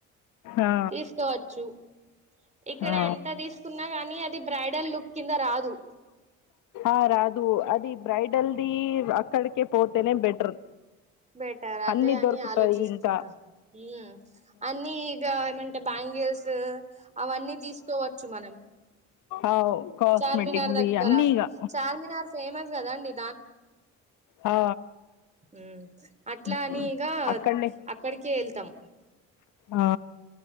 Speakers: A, on the left (about 85°); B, on the right (about 25°).
A: ఆ,
B: తీసుకోవచ్చు ఇక్కడ
A: ఆ.
B: ఎంత తీసుకున్నా గనీ అది బ్రైడల్ లుక్ కింద రాదు
A: ఆ రాదు అది బ్రైడల్దీ అక్కడికే పోతనే బెటర్
B: బెటర్ అదే
A: అన్నీ
B: అని
A: దొరుకుతాయి
B: ఆలోచిస్తున్నా
A: ఇంకా
B: ఆ అన్నీ ఇగ టే బ్యాంగిల్స్ అవన్నీ తీసుకోవచ్చు మనం
A: అవు కాస్మటిక్స్ది
B: చార్మినార్ దగ్గర
A: అన్నీ ఇగా
B: చార్మినార్ ఫేమస్ కదండి
A: ఆ
B: ఉ అట్లా
A: ఉమ్,
B: అనీ ఇగా
A: అక్కడనే
B: అక్కడికే ఎళ్తం
A: ఆ